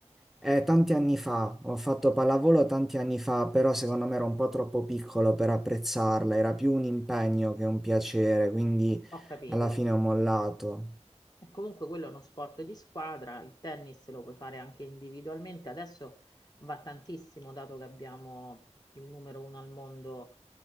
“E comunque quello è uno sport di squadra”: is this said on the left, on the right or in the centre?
Left